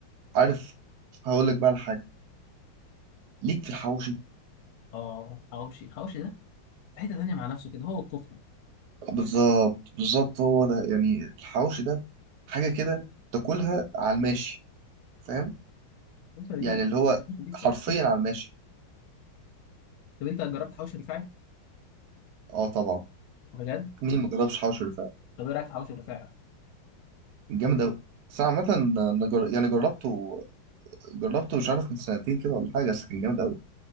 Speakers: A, on the right; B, on the left.
A: عارف هقول لك بقى الحاجه ليك في الحواوشي
B: اه حواوشي حواوشي ده في حته تانيه مع نفسه كده هو الكفته
A: بالظبط بالظبط هو ده يعني الحواوشي ده حاجه كده تاكلها على الماشي فاهم
B: الكفته دي
A: يعني اللي هو
B: الكفته دي بتبقى
A: حرفيا
B: حلوة
A: على الماشي
B: أوي. طب انت جربت حواوشي الرفاعي؟
A: اه طبعا
B: بجد؟
A: مين ما جربش حواوشي رفاعي
B: طب ايه رايك في حواوشي الرفاعي؟
A: جامد اوي بس انا عامة أنا جر- يعني جربته جربته مش عارف من سنتين كده ولا حاجه بس كان جامد قوي